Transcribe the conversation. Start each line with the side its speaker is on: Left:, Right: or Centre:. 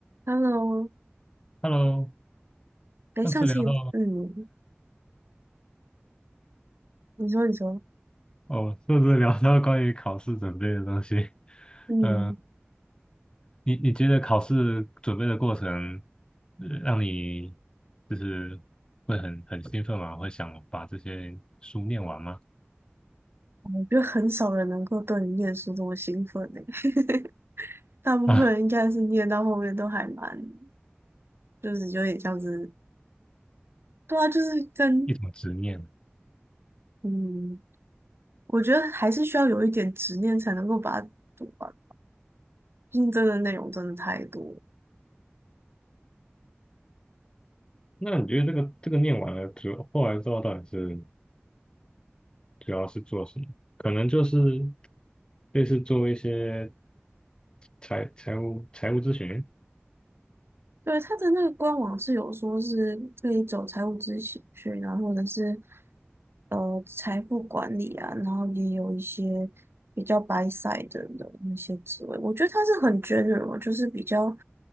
Right: Hello，
Left: Hello，
Right: 哎，
Left: 上次聊到
Right: 上次嗯，你说你说，
Left: 哦，上次聊到关于考试准备的东西，
Right: 嗯，
Left: 嗯，你你觉得考试准备的过程，呃让你就是会很很兴奋吗？会想把这些书念完吗？
Right: 我觉得很少人能够对你念书这么兴奋的，<laughs> 大部分人应该是念到后面都还蛮，
Left: 啊，
Right: 就是有点像是，对啊，就是跟
Left: 一种执念。
Right: 嗯，我觉得还是需要有一点执念才能够把它读完，毕竟真的内容真的太多。
Left: 那你觉得这个这个念完了之后，后来之后到底是主要是做什么？可能就是类似做一些财财务财务咨询。
Right: 对，他的那个官网是有说是可以走财务咨询去，然后或者是呃财富管理啊，然后也有一些比较白 s 的的那些职位，我觉得他是很 general，就是比较